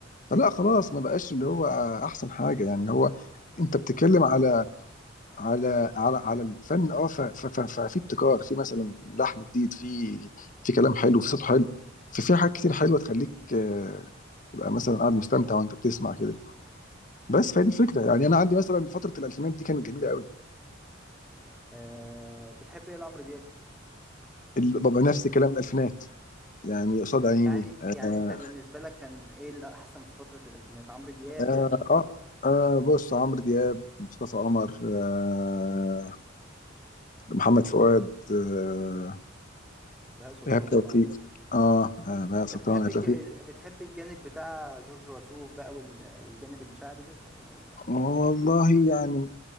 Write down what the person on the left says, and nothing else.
فلا خلاص ما بقاش اللي هو احسن حاجه يعني هو انت بتتكلم على على على على الفن اه ف- ف- ف- ففي ابتكار في مثلا لحن جديد في في كلام حلو في صوت حلو في في حاجات كتير حلوه تخليك آه، تبقى مثلا قاعد مستمتع وانت بتسمع كده بس فهي دي الفكره يعني انا عندي مثلا فتره الالفينات دي كانت جميله قوي
ال- بابا نفس الكلام الالفينات يعني قصاد عيني
آه
آه,
آه,
آه بص عمرو دياب مصطفى قمر آه محمد فؤاد آه
ايهاب توفيق
اه آه، بهاء
سلطان
ايهاب
توفيق
والله يعني